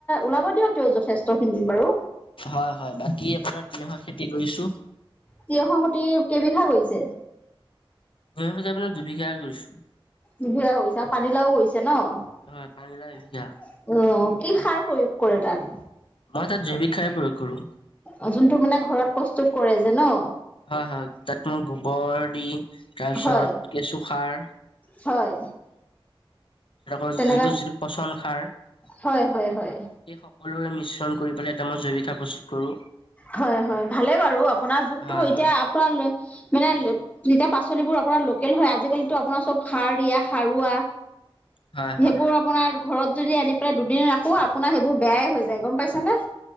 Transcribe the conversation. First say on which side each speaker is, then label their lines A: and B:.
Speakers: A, on the left (about 15°); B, on the left (about 65°).
A: ওলাব দিয়ক তেউ যথেষ্ট খিনি বাৰু
B: হয় হয় বাকী আপোনাৰ তিয়হৰ খেতি কৰিছো
A: তিয়হৰ খেতি কেইবিঘা কৰিছে
B: মই সজাই বিলাক দুবিঘা হে কৰিছো
A: দুবিঘা কৰিছা আৰু পানীলাও কৰিছে ন অ
B: হয় পানীলাও এবিঘা
A: কি সাৰ প্ৰয়োগ কৰে তাত
B: মই তাত জৈৱিক সাৰে প্ৰয়োগ কৰো
A: অ যোনটো মানে ঘৰত প্ৰস্তুত কৰে যে ন
B: হয় হয় তাত মই গোবৰ দি তাৰপিছত
A: হয়
B: কেঁচু সাৰ
A: হয়
B: লগৰ
A: তেনেকা
B: যিটো যিটো পচন সাৰ সেই
A: হয় হয় হয়
B: সকলোৰে মিশ্ৰণ কৰি পেলাই এটা মই জৈৱিক সাৰ প্ৰস্তুত কৰো
A: হয় হয় ভালে বাৰু আপোনাৰ যোনটো
B: হয়
A: এতিয়া
B: হয়
A: আপোনাৰ লে মানে তিয়া পাচলিবোৰ আপোনাৰ লোকেল হয় আজিকালিতো আপোনাৰ চব সাৰ দিয়া সাৰুৱা
B: হয় হয়
A: সেইবোৰ আপোনাৰ ঘৰত যদি আনি পেলাই দুদিন ৰাখো আপোনাৰ সেইবোৰ বেয়াই হৈ যায় গম পাইছে নে